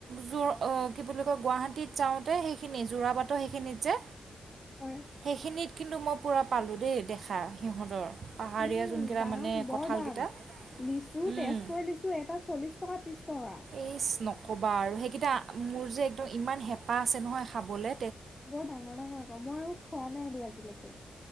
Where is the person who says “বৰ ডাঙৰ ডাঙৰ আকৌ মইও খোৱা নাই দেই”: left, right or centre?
Left